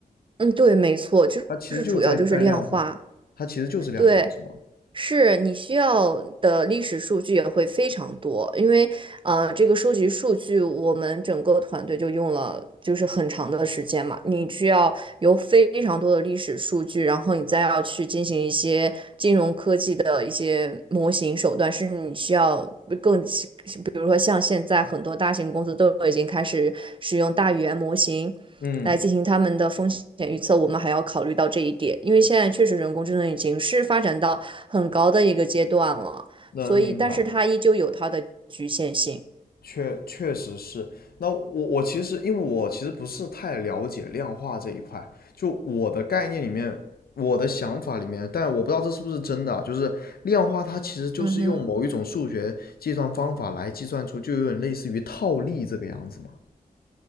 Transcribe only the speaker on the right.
嗯，对，没错，就是主要就是量化。
对，
是你需要的历史数据也会非常多，因为呃，这个收集数据，我们整个团队就用了就是很长的时间嘛。你需要有非常多的历史数据，然后你再要去进行一些金融科技的一些模型手段，甚至你需要更，比如说像现在很多大型公司都已经开始使用大语言模型，
来进行他们的风险预测，我们还要考虑到这一点，因为现在确实人工智能已经是发展到很高的一个阶段了，
所以，但是它依旧有它的局限性。
嗯哼，